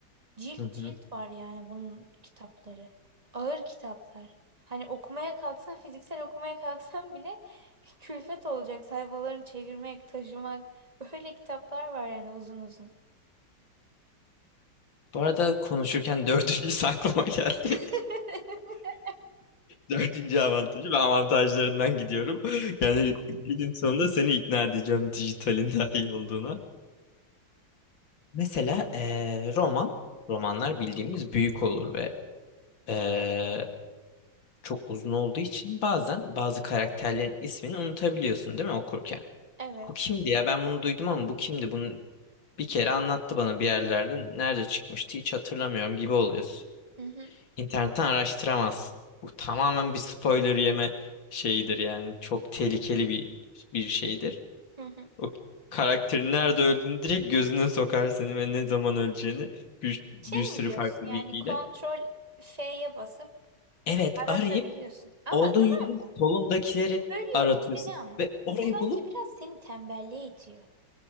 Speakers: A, on the right; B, on the left.
A: Cilt
B: Hı hı.
A: cilt var yani bunun kitapları. Ağır kitaplar. Hani okumaya kalksan fiziksel okumaya kalksan bile <laughs> külfet olacak sayfalarını çevirmek, taşımak. Böyle kitaplar var yani uzun uzun.
B: Bu arada konuşurken dördüncü <laughs> aklıma geldi.
A: <laughs>
B: Dördüncü avantajı ve avantajlarından gidiyorum. <laughs> Yani günün sonunda seni ikna edeceğim dijitalin <laughs> daha iyi olduğuna. Mesela eee roman, romanlar bildiğimiz büyük olur ve eee çok uzun olduğu için bazen bazı karakterlerin ismini unutabiliyorsun değil mi okurken?
A: Evet.
B: Bu kimdi ya? Ben bunu duydum ama bu kimdi? Bunu bir kere anlattı bana bir yerlerde. Nerede çıkmıştı hiç hatırlamıyorum gibi oluyorsun.
A: Hı hı.
B: İnternetten araştıramazsın. Bu tamamen bir spoiler yeme şeyidir yani. Çok tehlikeli bir bir şeydir.
A: Hı hı.
B: O karakterin nerede öldüğünü direkt gözüne sokar seni ve ne zaman öleceğini bir, bir
A: Şey
B: sürü
A: mi diyorsun
B: farklı
A: yani
B: bilgiyle.
A: kontrol F'ye basıp
B: Evet
A: aratabiliyorsun.
B: arayıp
A: Ama
B: Olduğun
A: tamam
B: yerin
A: da
B: solundakileri
A: bölüyorum
B: aratıyorsun.
A: seni ama.
B: Ve orayı
A: Bu bence
B: bulup
A: biraz seni tembelliğe itiyor.